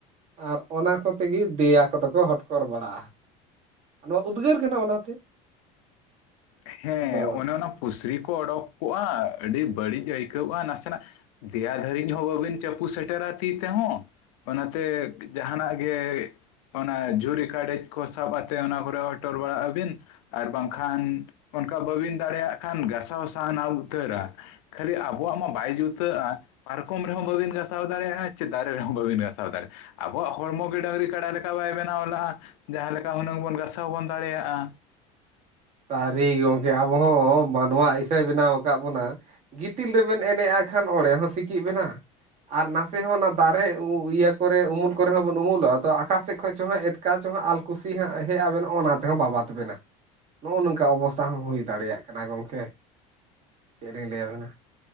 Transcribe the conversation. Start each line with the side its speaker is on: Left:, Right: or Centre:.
Right: ᱟᱨ ᱚᱱᱟ ᱠᱚᱛᱮ ᱜᱮ ᱫᱮᱭᱟ ᱠᱚᱫᱚ ᱠᱚ ᱦᱚᱴᱠᱚᱨ ᱵᱟᱲᱟᱜᱼᱟ᱾ ᱱᱚᱣᱟ ᱩᱫᱽᱜᱟᱹᱨ ᱠᱟᱱᱟ ᱚᱱᱟᱛᱮ
Left: ᱦᱮᱸ
Right: ᱟᱫᱚ
Left: ᱚᱱᱮ ᱚᱱᱟ ᱯᱩᱥᱨᱤ ᱠᱚ ᱚᱰᱳᱚᱠ ᱠᱚᱜᱼᱟ ᱟᱹᱰᱤ ᱵᱟᱹᱲᱤᱡ ᱟᱹᱭᱠᱟᱹᱣᱼᱟ ᱱᱟᱥᱮᱱᱟᱜᱼᱼ ᱫᱮᱭᱟ ᱫᱷᱟᱹᱨᱤᱡ ᱦᱚᱸ ᱵᱟᱹᱵᱤᱱ ᱪᱟᱯᱩ ᱥᱮᱴᱮᱨᱟ ᱛᱤ ᱛᱮᱦᱚᱸᱼᱼ ᱚᱱᱟᱛᱮ ᱡᱟᱦᱟᱱᱟᱜ ᱜᱮᱼᱼ ᱚᱱᱟ ᱡᱷᱩᱨᱤ ᱠᱟᱰᱮᱡ ᱠᱚ ᱥᱟᱵ ᱟᱛᱮᱫ ᱚᱱᱟ ᱠᱚᱨᱮ ᱦᱚᱴᱚᱨ ᱵᱟᱲᱟᱜ ᱟᱹᱵᱤᱱ ᱟᱨ ᱵᱟᱝᱠᱷᱟᱱ ᱚᱱᱠᱟ ᱵᱟᱹᱵᱤᱱ ᱫᱟᱲᱮᱭᱟᱜ ᱠᱷᱟᱱ ᱜᱷᱟᱟᱥᱟᱣ ᱥᱟᱦᱟᱱᱟ ᱟᱢ ᱩᱛᱟᱹᱨᱟ ᱠᱷᱟᱹᱞᱤ ᱟᱵᱚᱣᱟᱜ ᱢᱟ ᱵᱟᱭ ᱡᱩᱛᱟᱹᱜᱼᱟᱼᱼ ᱯᱟᱨᱠᱚᱢ ᱨᱮᱦᱚᱸ ᱵᱟᱹᱵᱤᱱ ᱜᱟᱥᱟᱣ ᱫᱟᱲᱮᱭᱟᱜᱼᱟ ᱪᱮ ᱫᱟᱨᱮ ᱨᱮᱦᱚᱸ ᱵᱟᱹᱵᱤᱱ ᱜᱟᱥᱟᱣ ᱫᱟᱲᱮᱭᱟᱜᱼᱟ᱾ ᱟᱵᱚᱣᱟᱜ ᱦᱚᱲᱢᱚ ᱜᱮ ᱰᱟᱹᱝᱨᱤ ᱠᱟᱰᱟ ᱞᱮᱠᱟ ᱵᱟᱭ ᱵᱮᱱᱟᱣ ᱞᱟᱜᱼᱟ ᱡᱟᱦᱟᱸ ᱞᱮᱠᱟ ᱦᱩᱱᱟᱹᱝ ᱵᱚᱱ ᱜᱟᱥᱟᱣ ᱵᱚᱱ ᱫᱟᱲᱮᱭᱟᱜᱼᱟ,
Right: ᱥᱟᱹᱨᱤ ᱜᱚᱢᱠᱮ ᱟᱵᱚ ᱦᱚᱸ ᱢᱟᱱᱣᱟ ᱤᱥᱟᱹᱭ ᱵᱮᱱᱟᱣ ᱟᱠᱟᱫ ᱵᱚᱱᱟ ᱜᱤᱛᱤᱞ ᱨᱮᱵᱮᱱ ᱮᱱᱮᱡᱼᱟ ᱠᱷᱟᱱ ᱚᱸᱮ ᱦᱚᱸ ᱥᱤᱸᱠᱤᱡ ᱵᱮᱱᱟ ᱟᱨ ᱱᱟᱥᱮ ᱦᱚᱸ ᱚᱱᱟ ᱫᱟᱨᱮ ᱤᱭᱟᱹ ᱠᱚᱨᱮ ᱩᱢᱩᱞ ᱠᱚᱨᱮ ᱦᱚᱸ ᱵᱮᱱ ᱩᱢᱩᱞᱚᱜᱼᱟ ᱛᱚ ᱟᱠᱟᱥ ᱥᱮᱫ ᱠᱷᱚᱱ ᱪ ᱦᱚᱸ ᱮᱛᱠᱮᱴ ᱟᱠᱟ ᱪᱚᱝ ᱟᱞ ᱠᱩᱥᱤ ᱦᱟᱸᱜ ᱦᱮᱡ ᱟᱵᱮᱱ ᱚᱱᱟ ᱛᱮᱦᱚᱸ ᱵᱟᱵᱟᱛ ᱵᱮᱱᱟ᱾ ᱱᱚᱜᱼᱚ ᱱᱚᱝᱠᱟ ᱚᱵᱚᱥᱛᱟ ᱦᱚᱸ ᱦᱩᱭ ᱫᱟᱲᱮᱭᱟᱜ ᱠᱟᱱᱟ ᱜᱚᱝᱠᱮ ᱪᱮᱫ ᱞᱤᱧ ᱞᱟᱹᱭᱟᱵᱮᱱᱟ,